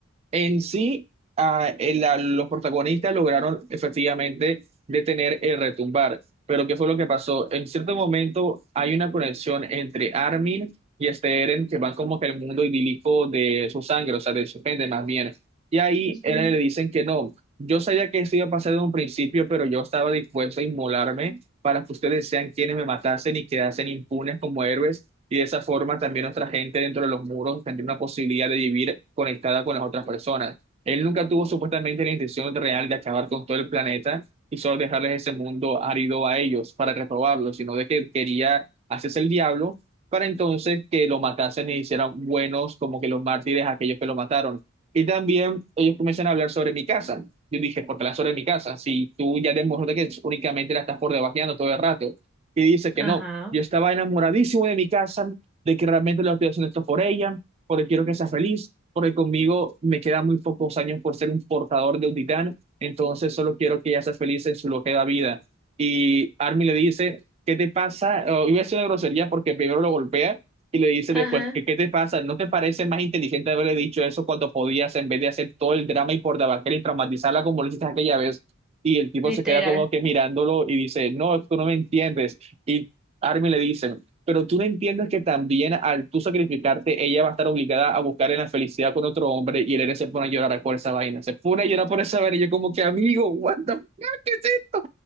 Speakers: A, on the right (about 30°); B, in the centre.
A: En sí, ah, el- la- los protagonistas lograron efectivamente detener el retumbar. Pero ¿qué fue lo que pasó? En cierto momento hay una conexión entre Armin y este Eren que van como que al mundo idílico de su sangre, o sea, de su gente más bien. Y ahí
B: Ujú.
A: Eren le dicen que no. Yo sabía que esto iba a pasar desde un principio, pero yo estaba dispuesto a inmolarme para que ustedes sean quienes me matasen y quedasen impunes como héroes y de esa forma también nuestra gente dentro de los muros tendría una posibilidad de vivir conectada con las otras personas. Él nunca tuvo supuestamente la intención real de acabar con todo el planeta y solo dejarles ese mundo árido a ellos para reprobarlo, sino de que quería hacerse el diablo para entonces que lo matasen y hicieran buenos como que los mártires a aquellos que lo mataron. Y también ellos comienzan a hablar sobre mi casa. Yo dije, ¿por qué hablas sobre mi casa? Si tú ya demostraste que únicamente la estás por debajeando todo el rato. Y dice que
B: Ajá,
A: no yo estaba enamoradísimo de mi casa, de que realmente lo estoy haciendo esto por ella, porque quiero que sea feliz, porque conmigo me quedan muy pocos años por ser un portador de un titán, entonces solo quiero que ella sea feliz en su lo que da vida. Y Armin le dice, ¿qué te pasa? Oh, iba a hacer una grosería porque primero lo golpea y le dice
B: ajá,
A: después, ¿qué, qué te pasa? ¿No te parece más inteligente haberle dicho eso cuando podías en vez de hacer todo el drama y por debacle y traumatizarla como lo hiciste aquella vez? Y el tipo
B: literal.
A: se queda como que mirándolo y dice, no, tú no me entiendes. Y Armin le dicen, pero tú no entiendes que también al tú sacrificarte, ella va a estar obligada a buscar en la felicidad con otro hombre y el héroe se pone a llorar por esa vaina, se pone a llorar por esa vaina y yo como que amigo, what the fuck, ¿qué es esto?